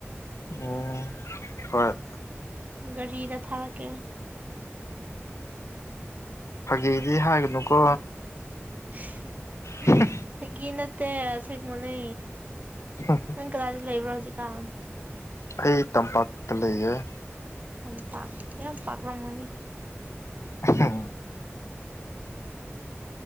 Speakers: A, on the left; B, on the right.
A: ꯎꯝ ꯍꯣꯏ
B: ꯒꯥꯔꯤꯗ ꯊꯥꯔꯛꯀꯦ
A: ꯐꯥꯒꯦꯗꯤ ꯍꯥꯏꯒꯅꯨꯀꯣ
B: <inaudible>
A: ꯍ
B: ꯒꯤ ꯅꯠꯇꯦꯁ ꯃꯅꯦ
A: ꯍ
B: ꯀꯗꯥꯗꯤ ꯂꯩꯕ꯭ꯔꯣꯁꯤ ꯀꯥꯟ
A: ꯑꯩ ꯇꯝꯄꯥꯛꯇ ꯂꯩꯌꯦꯦ
B: ꯌꯥꯝ ꯄꯥꯛ ꯌꯥꯝ ꯄꯥꯛꯂꯝꯝꯒꯅꯤ
A: ꯑ